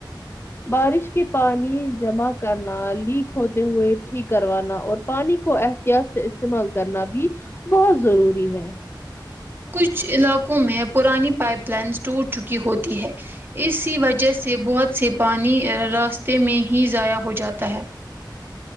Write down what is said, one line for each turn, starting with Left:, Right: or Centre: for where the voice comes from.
Left: بارش کے پانی جمع کرنا لیک ہوتے ہوئے ٹھیک کروانا اور پانی کو احتیاط سے استعمال کرنا بھی بہت ضروری ہے
Right: کچھ علاقوں میں پرانی پائپ لائنس ٹوٹ چکی ہوتی ہے اسی وجہ سے بہت سے پانی راستے میں ہی ضائع ہو جاتا ہے